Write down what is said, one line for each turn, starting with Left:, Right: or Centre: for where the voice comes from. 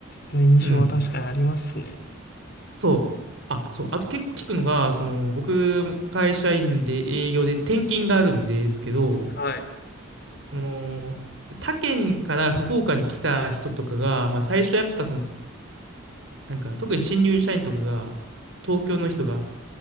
Left: の印象は確かにありますね。
Right: うん。そう。あ、そう。あと結構聞くのが、その、僕も会社員で営業で転勤があるんですけど、
Left: うんはい。
Right: その、他県から福岡に来た人とかが、まあ最初やっぱその、なんか特に新入社員とかが、東京の人が、